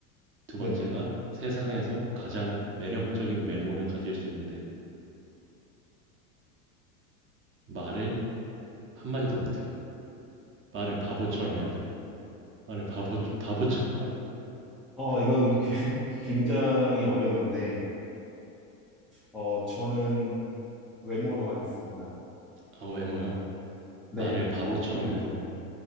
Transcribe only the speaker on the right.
두
번째가 세상에서 가장 매력적인 외모를 가질 수 있는데 말을 한 마디도 못 해요. 말을 바보처럼 해야 돼요. 말을 바보 바보처럼 함-
아, 외모야.
말을 바보처럼
해도